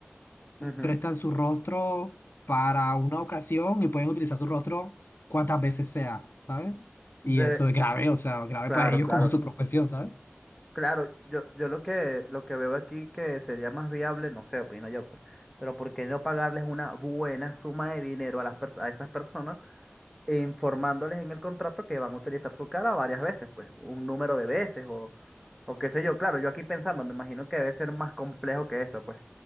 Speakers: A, in the centre; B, on the left.
A: ujú,
B: prestan su rostro para una ocasión y pueden utilizar su rostro cuantas veces sea, ¿sabes?
A: De,
B: Y eso es grave, o sea, grave
A: claro,
B: para ellos
A: claro.
B: como su profesión, ¿sabes?
A: Claro, yo, yo lo que, lo que veo aquí que sería más viable, no sé, opino yo, pues, pero ¿por qué no pagarles una buena suma de dinero a las pers- a esas personas? e informándoles en el contrato que van a utilizar su cara varias veces, pues un número de veces o, o qué sé yo. Claro, yo aquí pensando, me imagino que debe ser más complejo que eso, pues.